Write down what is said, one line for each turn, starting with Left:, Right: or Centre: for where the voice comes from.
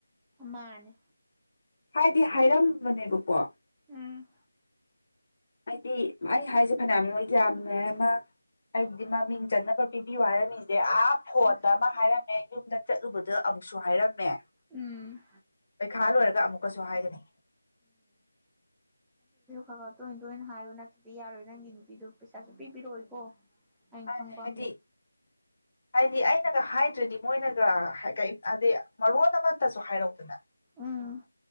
Centre: ꯃꯥꯅꯤ
Left: ꯍꯥꯏꯗꯤ ꯍꯥꯏꯔꯝꯕꯅꯦꯕꯀꯣ
Centre: ꯎꯝ
Left: ꯍꯥꯏꯗꯤ ꯑꯩ ꯍꯥꯏꯁꯦ ꯐꯅꯌꯥꯃꯣꯏ ꯌꯥꯝꯅꯦ ꯑꯃ ꯍꯥꯏꯗꯤꯃꯃꯤꯡ ꯆꯟꯅꯅꯕ ꯄꯤꯕꯤ ꯋꯥꯔꯝꯃꯦ ꯑꯥ ꯐꯣꯟꯗ
Centre: ꯑꯁ
Left: ꯑꯃ ꯍꯥꯏꯔꯝꯃꯦ ꯌꯨꯝꯗ ꯆꯠꯂꯨꯕꯗ ꯑꯃꯨꯛꯁꯨ ꯍꯥꯏꯔꯝꯃꯦ
Centre: ꯎꯝ
Left: ꯄꯩꯈꯥ ꯂꯣꯏꯔꯒ ꯑꯃꯨꯛꯀꯁꯨ ꯍꯥꯏꯒꯅꯤ
Centre: ꯈ ꯒ ꯇꯣꯏꯟ ꯇꯣꯏꯟ ꯍꯥꯏꯌꯣ ꯅꯠꯇꯗꯤ ꯌꯥꯔꯣꯏ ꯅꯪꯒꯤ ꯅꯨꯄꯤꯗꯨ ꯄꯩꯁꯥ ꯁꯨꯄꯤ ꯄꯤꯔꯛꯑꯣꯏꯀꯣ ꯑꯩꯅ
Left: ꯃꯥꯅꯦ
Centre: ꯈꯪ ꯄꯝꯂꯩ
Left: ꯍꯥꯏꯗꯤ ꯍꯥꯏꯗꯤ ꯑꯩꯅꯒ ꯍꯥꯏꯗ꯭ꯔꯗꯤ ꯃꯣꯏꯅꯒ ꯍꯥꯏꯗꯤ ꯃꯔꯣꯟ ꯑꯃꯠꯇꯁꯨ ꯍꯥꯏꯔꯧꯗꯅ
Centre: ꯎꯝ